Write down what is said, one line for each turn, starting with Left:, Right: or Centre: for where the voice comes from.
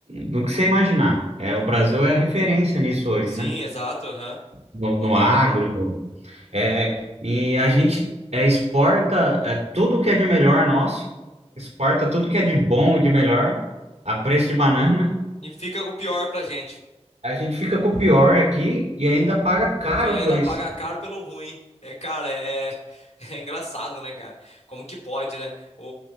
Right: do que você imaginar. É, o Brasil é referência nisso hoje,
Left: Sim,
Right: né?
Left: exato, aham,
Right: No, no
Left: concordo.
Right: agro. no- é, e a gente é, exporta é, tudo que é de melhor nosso, exporta tudo que é de bom e de melhor, a preço de banana.
Left: E fica o pior pra gente.
Right: A gente fica com o pior aqui e ainda paga caro
Left: E ainda
Right: por isso.
Left: paga caro pelo ruim. É, cara, é, <laughs> é engraçado, né, cara? Como que pode, né? O,